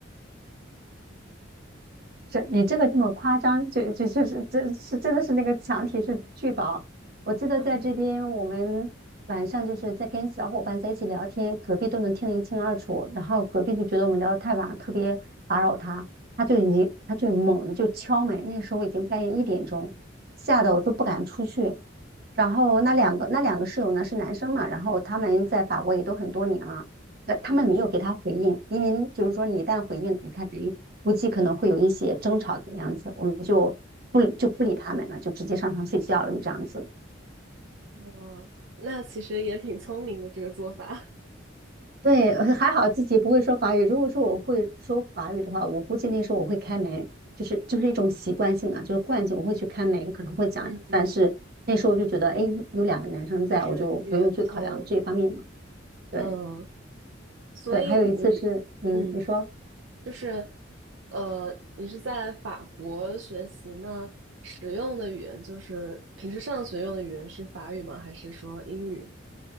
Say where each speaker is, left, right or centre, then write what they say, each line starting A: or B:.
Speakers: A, on the right; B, on the right.
A: 这你这个这么夸张，就就就是这是真的是那个墙体是巨薄。我记得在这边，
B: 嗯，
A: 我们晚上就是在跟小伙伴在一起聊天，隔壁都能听得一清二楚。然后隔壁就觉得我们聊得太晚了特别打扰他，他就已经他就猛地就敲门。那时候已经半夜一点钟，吓得我都不敢出去。然后那两个那两个室友呢是男生嘛，然后他们在法国也都很多年了。呃，他们没有给他回应，因为就是说你一旦回应，他等于估计可能会有一些争吵的样子，我们就不就不理他们了，就直接上床睡觉了，就这样子。
B: 哦，<laughs> 那其实也挺聪明的这个做法，
A: 对，还好自己不会说法语。如果说我会说法语的话，我估计那时候我会开门，就是就是一种习惯性啊，就是惯性，我会去开门，可能会讲。
B: <laughs> 嗯，
A: 但是那时候就觉得，哎，有两个男生在，
B: 确实语言不通。
A: 我就不用去考量这一方面嘛。对
B: 嗯，所以嗯。
A: 对，还有一次是，嗯，
B: 嗯，
A: 你说。
B: 就是，呃，你是在法国学习呢，使用的语言就是平时上学用的语言是法语吗？还是说英语？